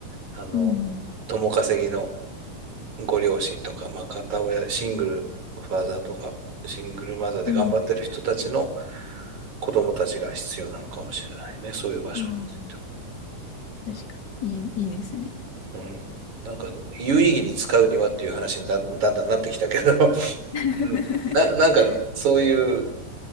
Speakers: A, on the right; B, on the left.
A: あの、
B: うん。
A: 共稼ぎのご両親とか、まあ、片親、シングルファーザーとか、シングルマザーで頑張ってる人たちの
B: うん。
A: 子供たちが必要なのかもしれないね。そういう場所について
B: あ
A: は。
B: あ、確かに。いい、いいですね。
A: うん。なんか、有意義に使うにはっていう話にだんだんだんなってきたけど、<laughs>
B: <laughs>
A: うんな、なんか、そういう、